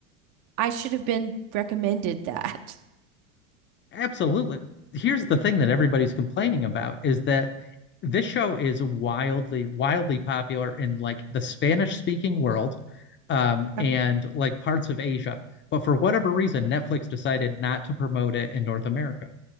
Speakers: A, on the right; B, on the left.
A: I should have been recommended that. <laughs>
B: Absolutely. Here's the thing that everybody's complaining about is that this show is wildly, wildly popular in like the Spanish speaking world, um, and
A: Oh,
B: like parts of Asia. But for whatever reason, Netflix decided not to promote it in North America.